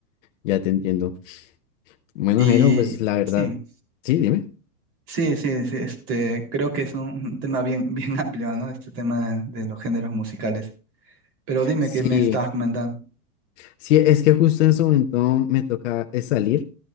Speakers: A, on the left; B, on the right.
A: ya te entiendo. Bueno,
B: Y
A: Jairo, pues la verdad,
B: sí,
A: sí, dime.
B: sí, sí, sí, este, creo que es un tema bien, <laughs> bien amplio, ¿no? Este tema de, de los géneros musicales. Pero dime
A: Sí.
B: qué me estabas comentando.
A: Sí, es que justo en este momento me toca eh, salir,